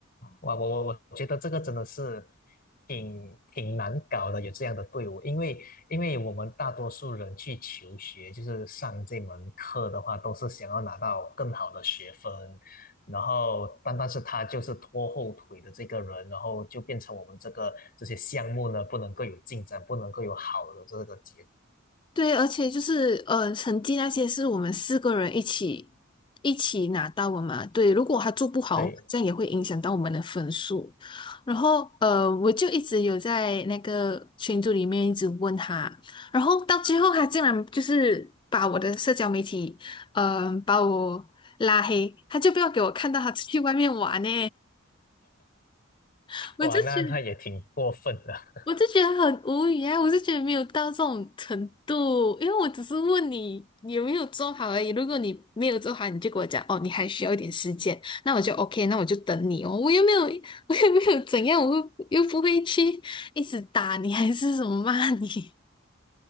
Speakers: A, on the left; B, on the left.
A: 哇，我我我觉得这个真的是挺挺难搞的，有这样的队伍，因为因为我们大多数人去求学，就是上这门课的话，都是想要拿到更好的学分，然后但但是他就是拖后腿的这个人，然后就变成我们这个这些项目呢，不能够有进展，不能够有好的这个结果。
B: 对，而且就是呃，成绩那些是我们四个人一起一起拿到的嘛。对，如果他做不好，
A: 对，
B: 这样也会影响到我们的分数。然后呃，我就一直有在那个群组里面一直问他，然后到最后他竟然就是把我的社交媒体，嗯、把我拉黑，他就不要给我看到他出去外面玩呢。<laughs> 我就觉得。
A: 哇，那那也挺过分的。
B: 我就觉得很无语啊，我就觉得没有到这种程度，因为我只是问你你有没有做好而已。如果你没有做好，你就跟我讲哦，你还需要一点时间，那我就 OK，那我就等你哦。我又没有，我又没有怎样，我又又不会去一直打你还是什么骂你。